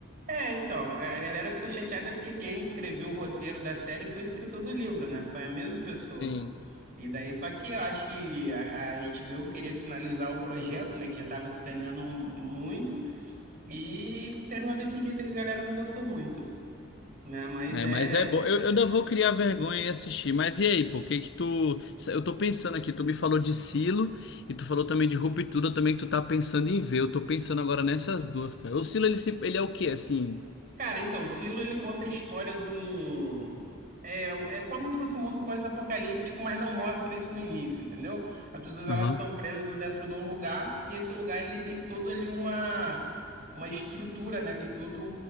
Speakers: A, on the right; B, on the left.
A: É, então, a ga- a galera ficou chateada porque quem escreveu o roteiro da série foi o escritor do livro, né? Foi a mesma pessoa.
B: Sim.
A: E daí, só que eu acho que a, a HBO queria finalizar o projeto, né? Que já tava se estendendo muito. E terminou desse jeito que a galera não gostou muito, né? Mas
B: É,
A: é.
B: mas é bom. Eu, eu ainda vou criar vergonha e assistir. Mas e aí, pô, o que que tu. Eu tô pensando aqui, tu me falou de Silo e tu falou também de Ruptura, também que tu tá pensando em ver. Eu tô pensando agora nessas duas, cara. O Silo, ele, se- ele é o quê, assim?
A: Cara, então, o Silo ele conta a história de um. É, é como se fosse um mundo pós-apocalíptico, mas não mostra isso no início, entendeu? As pessoas elas
B: Aham.
A: estão presas dentro de um lugar e esse lugar ele tem todo ali uma uma estrutura, né? Tem todo